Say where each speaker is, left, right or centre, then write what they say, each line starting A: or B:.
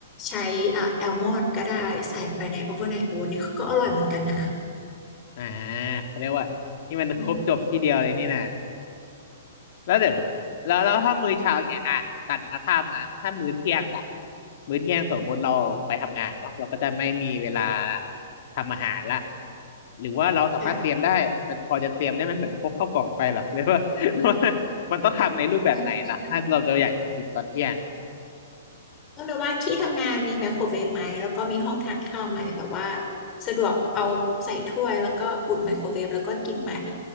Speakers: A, on the left; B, on the left.
A: ใช้อ่ะแอลมอนด์ก็ได้ใส่ไปในโอเวอร์ไนท์โอ๊ตเนี่ยคือก็อร่อยเหมือนกันนะ
B: อ่าเขาเรียกว่านี่มันครบจบที่เดียวเลยนี่นะ
A: อืม
B: แล้วเดี๋ยวแล้วแล้วถ้ามื้อเช้าอย่างเงี้ยอ่ะตัดมาภาพมาถ้ามื้อเที่ยงล่ะมื้อเที่ยงสมมติเราไปทำงานเนาะเราก็จะไม่มีเวลาทำอาหารละหรือว่าเราสามารถเตรียมได้มันพอจะเตรียมได้ไหมเหมือนพกข้าวกล่องไปเหรอ
A: ค่
B: <laughs> หรือว่า <laughs> มันต้องทำในรูปแบบไหนล่ะถ้าเราจะอยากจะคุมตอนเที่ยงเนี่ย
A: ะ ก็แบบว่าที่ทำงานมีไมโครเวฟไหมแล้วก็มีห้องทานข้าวไหมแบบว่าสะดวกเอาใส่ถ้วยแล้วก็อุ่นไมโครเวฟแล้วก็กินไหม